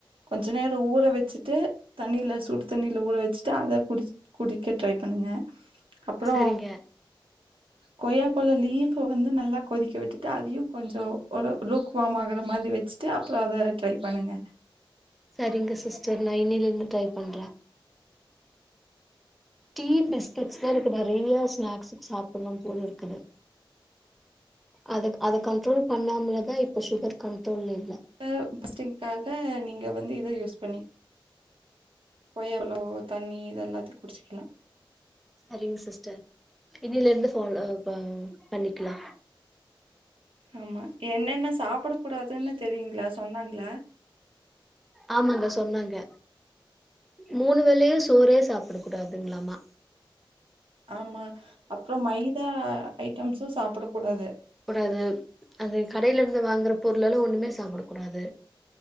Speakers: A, on the right (about 85°); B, in the centre.
A: கொஞ்ஜ நேரோ ஊற வச்சுட்டு தண்ணில சுடு தண்ணில ஊற வச்சுட்டு அத குடி குடிக்க ட்ரை பண்ணுங்க அப்றோ
B: சரிங்க
A: கொய்யா பழம் லீஃப் வந்து நல்லா கொதிக்க விட்டுட்டு அதயு கொஞ்ஜோ ஒரு லூக் வார்ம் ஆகுற மாதி வச்சுட்டு அப்றோ அத ட்ரை பண்ணுங்க
B: சரிங்க சிஸ்டர் நா இன்னில இருந்து ட்ரை பண்றே டீ பிஸ்கட்ஸ் தா எனக்கு நெறையா ஸ்நாக்ஸுக்கு சாப்புட்ணு போல இருக்குது அதக் அத கண்ட்ரோல் பண்ணாமலதா இப்ப சுகர் கண்ட்ரோல்ல இருக்
A: அ ஃபர்ஸ்ட் டைம் க்காக நீங்க வந்து இத யூஸ் பண்ணி ஒயர்லோ தண்ணி இத எல்லாத்தையு குடிச்சிக்கலா
B: சரிங்க சிஸ்டர் இன்னில இருந்து ஃபால் அ ப பண்ணிக்கிலா
A: ஆமா என்னென்ன ஸ் சாப்புட கூடாதுன்னு தெரியுங்ளா சொன்னாங்ளா
B: ஆமாங்க சொன்னாங்க மூணு வேலயு சோறே சாப்புட கூடாதுங்களமா
A: ஆமா அப்றோ மைதா ஐட்டம்ஸு ஸ் சாப்புடக்கூடாது
B: கூடாது அது கடையில இருந்து வாங்குற பொருளல்லா ஒண்ணுமே சாப்புட கூடாது